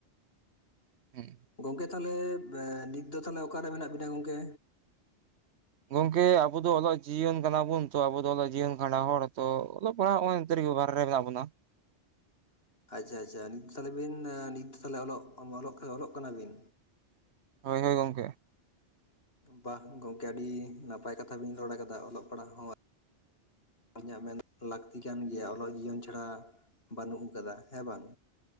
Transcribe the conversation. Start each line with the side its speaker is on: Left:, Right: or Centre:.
Right: ᱦᱩᱸ
Left: ᱜᱚᱝᱠᱮ ᱛᱟᱞᱦᱮ ᱮᱸ ᱱᱤᱛ ᱫᱚ ᱛᱟᱞᱦᱮ ᱚᱠᱟᱨᱮ ᱢᱮᱱᱟᱜ ᱵᱤᱱᱟ ᱜᱚᱝᱠᱮ
Right: ᱜᱚᱝᱠᱮ ᱟᱵᱚ ᱫᱚ ᱚᱞᱚᱜ ᱡᱤᱭᱚᱱ ᱠᱟᱱᱟᱵᱚᱱ ᱛᱚ ᱟᱵᱚ ᱫᱚ ᱚᱞᱚᱜ ᱡᱤᱭᱚᱱ ᱠᱷᱟᱸᱰᱟ ᱦᱚᱲ ᱛᱚ ᱚᱞᱚᱜ ᱚᱞᱚᱜ ᱯᱟᱲᱦᱟᱣ ᱱᱚᱜᱚᱭ ᱱᱚᱛᱮ ᱵᱟᱦᱨᱮ ᱨᱮᱜᱮ ᱢᱮᱱᱟᱜ ᱵᱚᱱᱟ
Left: ᱟᱪᱪᱷᱟ ᱟᱪᱪᱷᱟ ᱱᱤᱛ ᱛᱟᱞᱦᱮ ᱵᱤᱱ ᱱᱤᱛ ᱛᱟᱞᱦᱮ ᱚᱞᱚᱜ ᱚᱞᱚᱜ ᱚᱞᱚᱜ ᱠᱟᱱᱟ ᱵᱤᱱ
Right: ᱦᱳᱭ ᱦᱳᱭ ᱜᱚᱢᱠᱮ
Left: ᱵᱟᱦ ᱜᱚᱝᱠᱮ ᱟᱹᱰᱤ ᱱᱟᱯᱟᱭ ᱠᱟᱛᱷᱟ ᱵᱤᱱ ᱨᱚᱲ ᱟᱠᱟᱫᱟ ᱚᱞᱚᱜ ᱯᱟᱲᱦᱟᱜ ᱦᱚᱸ ᱤᱧᱟᱹᱜ ᱢᱮᱱ ᱞᱟᱹᱠᱛᱤ ᱠᱟᱱ ᱜᱮᱭᱟ ᱚᱞᱚᱜ ᱡᱤᱭᱚᱱ ᱪᱷᱟᱲᱟ ᱵᱟᱹᱱᱩᱜ ᱟᱠᱟᱫᱟ ᱦᱮᱸ ᱵᱟᱝ